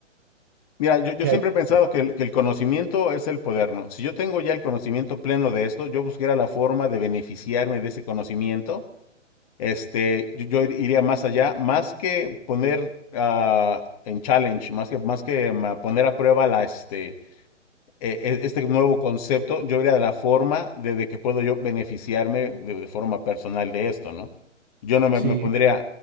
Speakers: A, on the left (about 30°); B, on the right (about 15°).
A: Mira, yo, yo
B: ¿Qué
A: siempre
B: harías
A: he pensado
B: tú?
A: que el, que el conocimiento es el poder, ¿no? Si yo tengo ya el conocimiento pleno de esto, yo buscaría la forma de beneficiarme de ese conocimiento. Este, yo, yo ir- iría más allá, más que poner ah, en challenge, más que, más que mm, a poner a prueba la, este, eh, eh, este nuevo concepto, yo iría de la forma de, de que puedo yo beneficiarme de, de forma personal de esto, ¿no? Yo no me,
B: Sí,
A: me pondría a,